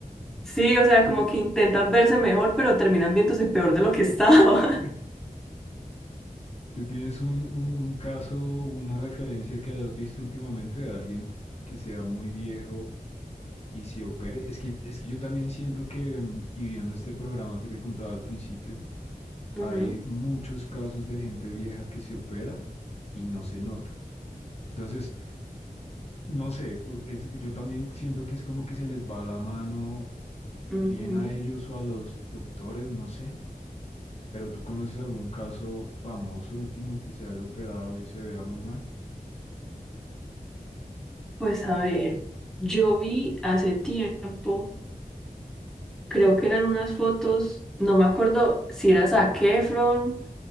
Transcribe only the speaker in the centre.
Sí, o sea,
como que intentan verse mejor, pero terminan viéndose peor de lo que estaba.
<laughs>
Ujú,
ujú.
Pues a ver, yo vi hace tiempo, creo que eran unas fotos, no me acuerdo si era Zac Efron